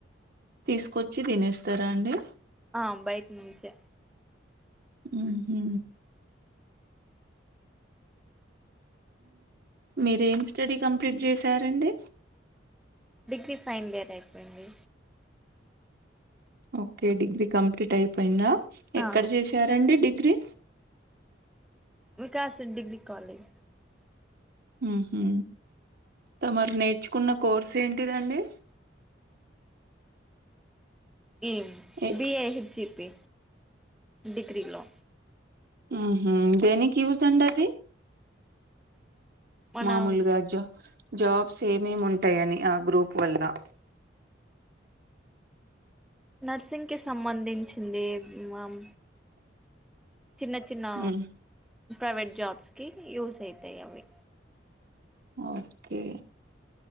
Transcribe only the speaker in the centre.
ఆ బైట్ నుంచే
డిగ్రీ ఫైనల్ ఇయర్ అయిపోయింది
ఆ
వికాస్ డిగ్రీ కాలేజ్
ఈ
బిఐహెచ్ జిపీ డిగ్రీలో
మనం
న సింగ్ కి సంబంధించింది మమ్ చిన్న చిన్న
ప్రైవేట్ జాబ్స్కి యూస్ అయితాయి అవి